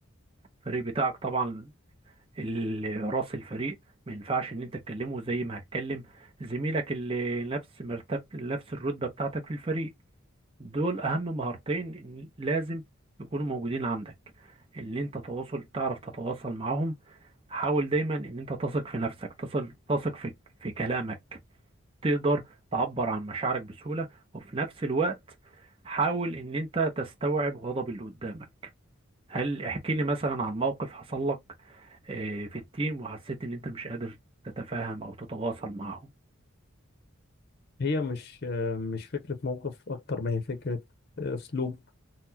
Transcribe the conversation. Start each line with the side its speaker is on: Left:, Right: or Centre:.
Right: الفريق بتاعك طبعا ال- راس الفريق ما ينفعش ان انت تكلمه زي ما هتكلم زميلك اللي نفس مرتب نفس الرتبة بتاعتك في الفريق دول اهم مهارتين إن لازم يكونوا موجودين عندك ان انت تواصل تعرف تتواصل معاهم حاول دايما ان انت تثق في نفسك تصل تثق في في كلامك تقدر تعبر عن مشاعرك بسهولة وفي نفس الوقت حاول ان انت تستوعب غضب اللي قدامك هل احكي لي مثلا عن موقف حصل لك آه، في التيم وحسيت ان انت مش قادر تتفاهم او تتواصل معهم
Left: هي مش آه، مش فكرة موقف أكتر ما هي فكرة آه، أسلوب